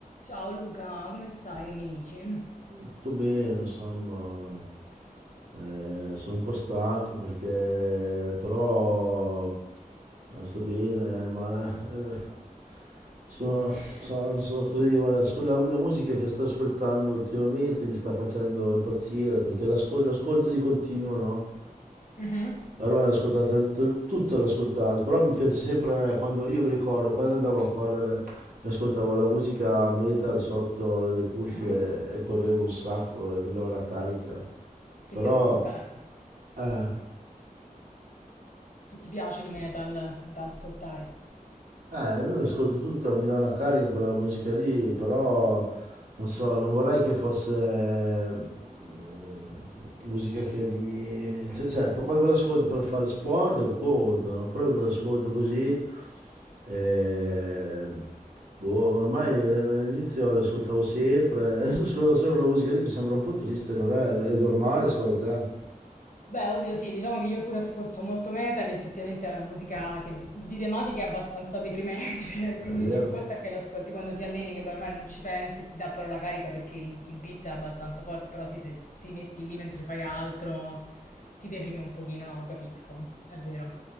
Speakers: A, on the left (about 60°); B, on the right (about 70°).
A: Ciao Luca, come stai? Che mi dici?
B: Tutto bene, insomma, eh, sono un po' stanco perché però eh, sto bene, eh, ma eh, sono, so- non so cosa dire, guarda, ascol- la, la musica che sto ascoltando ultimamente mi sta facendo impazzire perché l'ascol- l'ascolto di continuo, no?
A: Mhm,
B: Ormai l'ho ascoltata, t- tutto l'ho ascoltato, però mi piace sempre eh, quando, io mi ricordo, quando andavo a correre, mi ascoltavo la musica metal sotto le cuffie
A: mhm.
B: e correvo un sacco e mi dava la carica.
A: Che
B: Però
A: ti ascolta,
B: Eh,
A: che ti piace di metal da ascoltare?
B: eh, io ascolto tutto, mi dà una carica quella musica lì, però non so, non vorrei che fosse mm, musica che mi... cioè, cioè, poi quando me l'ascolto per fare sport è un conto, no? Però io me l'ascolto così, eh, boh, ormai all'inizio l'ascoltavo sempre, <laughs> adesso ascolto solo quella musica lì, mi sembra un po' triste, non è, è normale secondo te?
A: Beh, oddio, sì, diciamo che io pure ascolto molto metal e effettivamente è una musica che di, di tematica è abbastanza deprimente,
B: Eh,
A: <laughs> quindi
B: È vero?
A: sì, un conto è che l'ascolti quando ti alleni, che beh, ormai non ci pensi e ti dà però la carica perché il, il beat è abbastanza forte, però sì, se ti metti lì mentre fai altro ti deprimi un pochino, no, lo capisco, è vero.